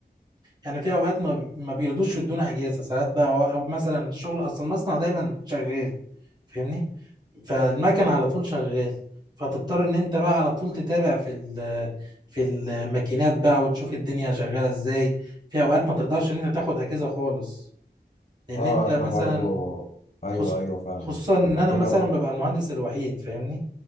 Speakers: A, on the right (about 25°); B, on the left (about 40°).
A: يعني في اوقات ما ما بيرضوش يدونا اجازه ساعات بقى أو أو مثلا الشغل اصلا المصنع دايما شغال فاهمني فالمكن على طول شغال فتضطر ان انت بقى على طول تتابع في ال- في الماكينات بقى وتشوف الدنيا شغاله ازاي في اوقات ما تقدرش ان انت تاخد اجازه خالص لان
B: اه
A: انت مثلا
B: احنا برضو ايوه
A: خصو-
B: ايوه فاهم
A: خصوصا ان
B: عندنا
A: انا مثلا ببقى المهندس الوحيد فاهمني